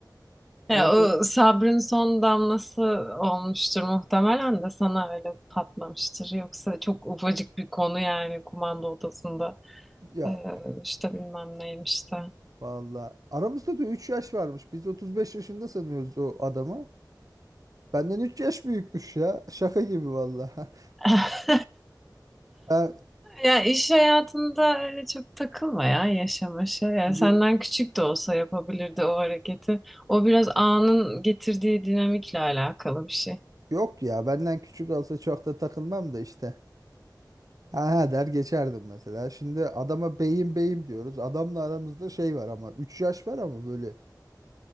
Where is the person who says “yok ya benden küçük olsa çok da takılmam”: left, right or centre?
Right